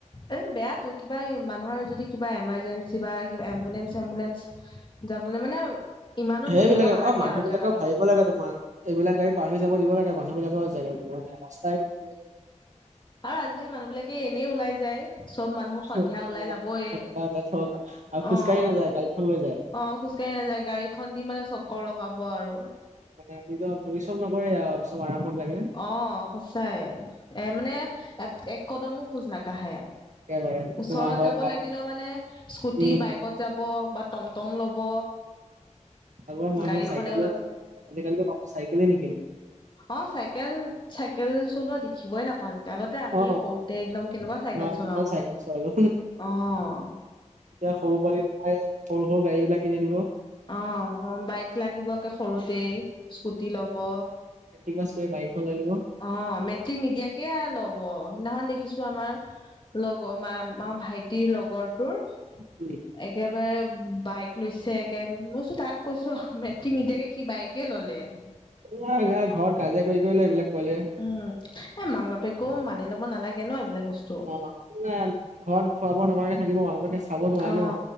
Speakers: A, on the left (about 40°); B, on the right (about 75°).
A: এ বেয়াটো কিবা মানুহৰ যদি কিবা এমাৰ্জেঞ্চি বা কিবা এম্বুলেন্ঞ্চ এম্বুলেন্ঞ্চ যাবলৈ মানে ইমানো
B: সেইবিলাকে
A: ভিৰ হ'ব নালাগে
B: মানুহ
A: আৰু
B: বিলাকক
A: জাগা বিলাক।
B: ভাবিব লাগে তোমাৰ। এইবিলাক গাড়ী পাৰ হৈ যাব দিব লাগে মানুহ বিলাকৰ জ ৰাস্তাই
A: আৰু আজিকালি মানুহ বিলাকে এনেই ওলাই যায়। চব মানুহ সন্ধিয়া
B: সন্ধিয়া
A: ওলাই যাবয়ে,
B: ধৰক আৰু খোজকাঢ়ি
A: অঁহহ'।
B: নাযায় গাড়ীখন লৈ যায়।
A: অ' খোজ কাঢ়ি নাযায় গাড়ীখন দি মানে চকৰ লগাব আৰু।
B: মানে নিজৰ পৰিশ্ৰম নকৰে আৰু চব আৰামত লাগে।
A: অঁ সঁচাই এ মানে এক কদমো খোজ নাকাঢ়ে।
B: একেবাৰে
A: ওচৰত
B: তোমাৰ হয়
A: যাব
B: বাইক
A: লাগিলেও মানে স্কুটি
B: উম।
A: বাইক ত যাব বা টমটম ল'ব।
B: আগৰ মানুহ
A: গাড়ীখনেও
B: চাইকেল লৈ
A: ল'ব
B: ঘূৰিছিলে, আজিকালিটো মানুহে চাইকেলে নিকিনে।
A: অঁ চাইকেল চাইকেল চলোৱা দেখিবই নাপাওঁ যে আগতে আমি
B: অ
A: সৰুতে একদম কেনেকুৱা চাইকেল
B: অ
A: চলাও,
B: কিমান চাইকেল চলালো
A: অঁ।
B: এতিয়া সৰু পোৱালি বোৰক সৰু সৰু গাড়ী বিলাক কিনি দিব।
A: অঁ বাইক লাগিব সৰুতেই স্কুটি ল'ব।
B: <unintelligible> আছে বাইখন লৈ ল'ব।
A: অঁ মেট্ৰিক নিদিয়াকে ল'ব সেইদিনাখন দেখিছো আমাৰ লগৰ আমাৰ ভাইটিৰ লগৰটোৰ
B: উম।
A: একেবাৰে বাইক লৈছে একে মই কৈছো তাক কৈছো মেট্ৰিক নিদিয়াকে সি বাইকে ললে।
B: এই ঘৰত কাজিয়া কৰি কৰি এইবিলাক পোৱালিয়ে।
A: উম এ মাক বাপেকো মানি ল'ব নালাগে ন এইবিলাক বস্তু।
B: অ ঘৰত খোৱা বোৱা নকৰাকে থাকিব মাক বাপেকে চাব নোৱাৰে
A: অ
B: ন।